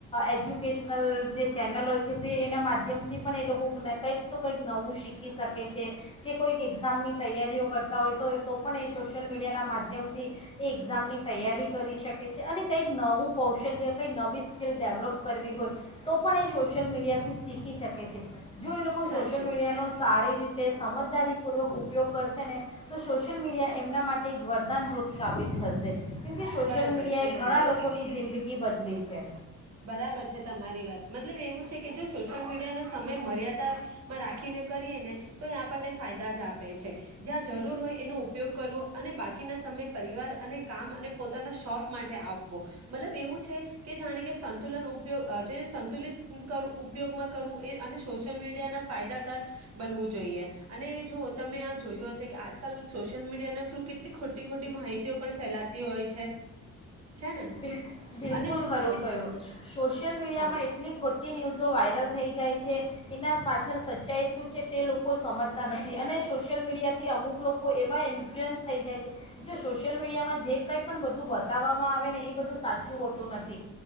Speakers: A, on the left (about 20°); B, on the right (about 55°).
A: એજ્યુકેશનલ જે ચેનલો છે તે એના માધ્યમથી પણ એ લોકોને કંઈક તો કંઈક નવું શીખી શકે છે, કે કોઈક એક્ઝામની તૈયારીઓ કર. હોય તો તો પણ એ સોશિયલ મીડિયાના માધ્યમથી, એ એક્ઝામની તૈયારી કરી શકે છે અને કંઈક નવું કૌશલ્ય કંઈક નવી સ્કીિલ ડેવલોપ કરવી હોય, તો પણ એ સોશિયલ મીડિયાથી શીખી શકે છે. જો એ લોકો
B: સાચું
A: સોશિયલ મીડિયાનો સારી રીતે તે સમજદારીપૂર્વક ઉપયોગ કરશે ને તો સોશિયલ મીડિયા એમના માટે એક વરદાનરૂપ સાબિત થશે. કેમકે સોશિયલ
B: બરાબર
A: મીડિયાએ
B: છે તમારી
A: ઘણા લોકોની
B: વાત,
A: જિંદગી બદલી છે
B: બરાબર છે તમારી વાત મતલબ એવું છે કે જો સોશિયલ મીડિયાનો સમય મર્યાદા માં રાખીને કરીએ ને તો, એ આપણને ફાયદા જ આપે છે, જ્યાં જરૂર હોય એનો ઉપયોગ કરવો અને બાકીના સમય પરિવાર અને કામ અને પોતાના શોખ માટે આપવો, મતલબ એવું છે કે જાણે કે સંતુલન ઉપયોગ જે સંતુલિત ઉપયોગમાં કરવું એ અને સોશિયલ મીડિયા ના ફાયદાકાર, બનવું જોઈએ અને જો તમે આ જોયું હશે કે આજકાલ સોશિયલ મીડિયા ના થ્રુ કેટલી ખોટી ખોટી માહિતી પણ ફેલાતી હોય છે. છે ને
A: બિલ બિલકુલ
B: અને જો
A: ખરું
B: હા
A: કહું, સોશિયલ મીડિયામાં
B: હા
A: એટલી ખોટી ન્યૂઝો વાયરલ થઈ જાય છે. એના પાછળ સચ્ચાઈ શું છે તે લોકો સમજતા નથી અને સોશિયલ મીડિયાથી અમુક લોકો એવા ઇન્ફ્લુઅન્સ થઈ જાય, છે જો સોશિયલ મીડિયામાં જે કંઈ પણ બધું બતાવવામાં આવે ને એ બધું સાચું હોતું નથી.